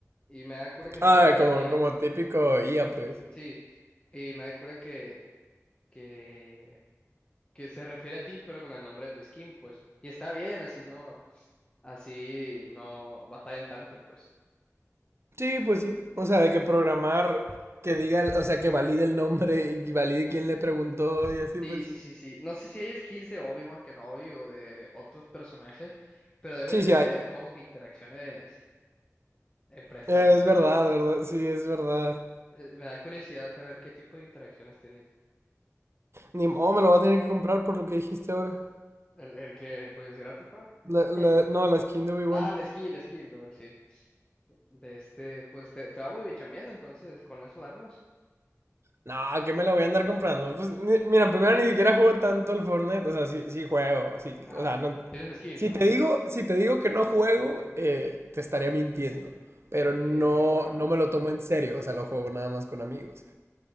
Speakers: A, on the left; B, on the right.
A: y me da cura que
B: Ah,
A: se refiere
B: como,
A: a ti,
B: como típico IA, pues.
A: sí, y me da cura que, que que se refiere a ti, pero con el nombre de tu skin, pues. Y está bien, así no, así no batallan tanto, pues.
B: Sí, pues sí. O sea, de que programar que diga, o sea, que valide el nombre y valide quién le preguntó y así,
A: Sí,
B: pues.
A: sí, sí, sí. No sé si hay skins de Obi-Wan Kenobi o de otros personajes, pero debe
B: Sí,
A: tener
B: sí hay.
A: como que interacciones eh, preestablecidas.
B: Eh, es verdad, verdad. Sí, es verdad.
A: Eh, Me da curiosidad saber qué tipo de interacciones tiene
B: Ni oh, me lo voy a tener que comprar por lo que dijiste ahora.
A: el, el que, pues, es gratis, pa.
B: La-
A: <laughs>
B: la- no, la skin de Obi-Wan.
A: Ah, la skin, la skin, LOL, sí. De este, pues te, te va muy bien chambeando, entonces, con eso alarmas.
B: No, que me la voy a andar comprando. Pues, ni- mira, primero ni siquiera juego tanto al Fortnite. O sea, sí, sí juego. Sí,
A: Ajá.
B: o sea, no.
A: ¿Tienes skins
B: Si
A: o no?
B: te digo, si te digo que no juego, eh, te estaría mintiendo. Pero
A: Ok,
B: no,
A: ok, ajá.
B: no me lo tomo en serio. O sea, lo juego nada más con amigos.